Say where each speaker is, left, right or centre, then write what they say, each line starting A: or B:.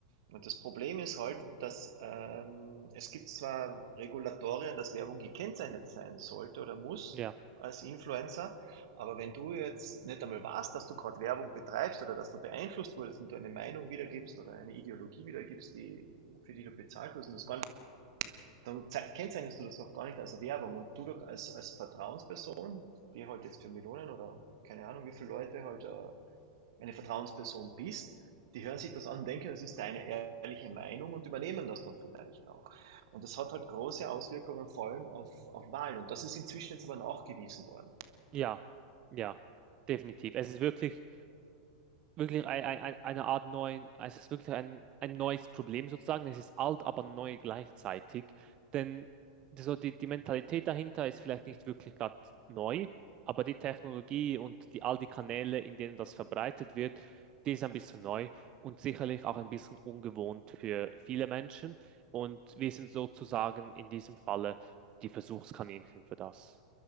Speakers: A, on the right; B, on the right.
A: Und das Problem ist halt, dass ähm, es gibt zwar Regulatorien, dass Werbung gekennzeichnet sein sollte oder muss
B: Ja,
A: als Influencer, aber wenn du jetzt nicht einmal weißt, dass du gerade Werbung betreibst oder dass du beeinflusst wurdest und du eine Meinung wiedergibst oder eine Ideologie wiedergibst, die, für die du bezahlt wirst, und das gar nicht, dann zei- kennzeichnest du das auch gar nicht als Werbung und du doch als, als Vertrauensperson die halt jetzt für Millionen oder keine Ahnung, wie viele Leute halt äh, eine Vertrauensperson bist, die hören sich das an, denken, das ist deine ehrliche Meinung und übernehmen das dann vielleicht auch. Und das hat halt große Auswirkungen vor allem auf, auf Wahlen. Und das ist inzwischen jetzt aber nachgewiesen worden.
B: ja, ja, definitiv. Es ist wirklich. wirklich ein, ein, ein- eine Art neuen, es ist wirklich ein, ein neues Problem sozusagen. Es ist alt, aber neu gleichzeitig. Denn die- so die, die Mentalität dahinter ist vielleicht nicht wirklich gerade neu, aber die Technologie und die, all die Kanäle, in denen das verbreitet wird, die ist ein bisschen neu und sicherlich auch ein bisschen ungewohnt für viele Menschen. Und wir sind sozusagen in diesem Falle die Versuchskaninchen für das.